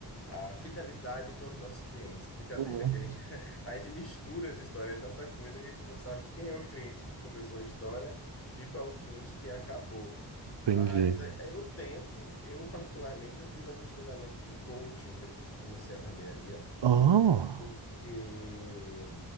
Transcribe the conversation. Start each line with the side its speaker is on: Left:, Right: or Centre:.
Left: a fidelidade com os nossos clientes. Brincadeira,
Right: Uhum.
Left: que a gente, <laughs> a gente mistura as histórias, é tanta coisa que a gente não sabe quem é o cliente que começou a história e qual é o cliente que acabou. Mas
Right: Entendi.
Left: a- eu tento, eu particularmente, eu fiz alguns treinamentos de coaching depois que eu comecei a barbearia.
Right: Ah,
Left: porque